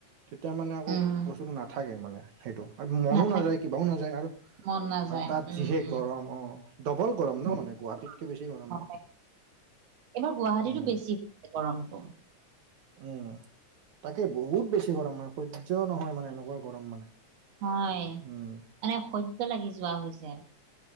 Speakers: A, on the right; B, on the right.
A: তেতিয়া মানে আকৌ
B: উম
A: বস্তুটো নাথাকে মানে। সেইটো, আৰু মনো
B: নাথাকি
A: নাযায় কিবাও নাযায় আৰু।
B: মন নাযায়
A: আৰু তাত
B: উম
A: যিহে
B: উম
A: গৰম অ' ডবল গৰম
B: বহুত
A: ন মানে। গুৱাহাটীতকে বেছি গৰম
B: ভাল
A: ন?
B: লাগে। এইবাৰ গুৱাহাটীতো
A: উম
B: বেছি হৈছে গৰমটো
A: উম, তাকে বহুত বেছি গৰম মানে স হ্য নহয় মানে এনেকুৱা গৰম মানে।
B: হয়
A: উম
B: মানে অসহ্য লাগি যোৱা হৈছে।